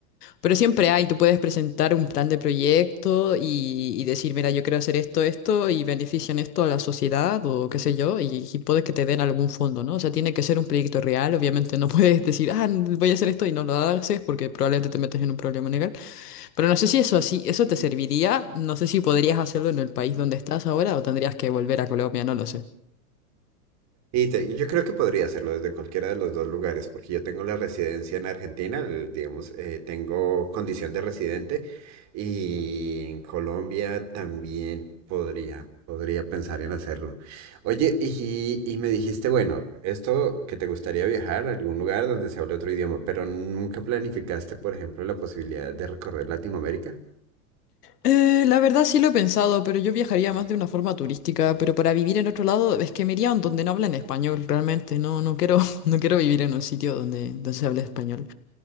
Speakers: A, on the left; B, on the right.
A: Pero siempre hay, tú puedes presentar un plan de proyecto y, y decir, mira, yo quiero hacer esto, esto y benefician esto a la sociedad o qué sé yo, y, y puede que te den algún fondo, ¿no? O sea, tiene que ser un proyecto real, obviamente no <laughs> puedes decir, ah, voy a hacer esto y no lo haces porque probablemente te metes en un problema legal. Pero no sé si eso así, eso te serviría. No sé si podrías hacerlo en el país donde estás ahora o tendrías que volver a Colombia, no lo sé.
B: Y te- yo creo que podría hacerlo desde cualquiera de los dos lugares, porque yo tengo la residencia en Argentina, el- digamos, eh, tengo condición de residente y en Colombia también podría, podría pensar en hacerlo. Oye, y, y me dijiste, bueno, esto que te gustaría viajar a algún lugar donde se hable otro idioma, pero nunca planificaste, por ejemplo, la posibilidad de recorrer Latinoamérica.
A: Eh, la verdad sí lo he pensado, pero yo viajaría más de una forma turística, pero para vivir en otro lado es que me iría a donde no hablan español, realmente. No, no quiero, <laughs> no quiero vivir en un sitio donde, donde se hable español.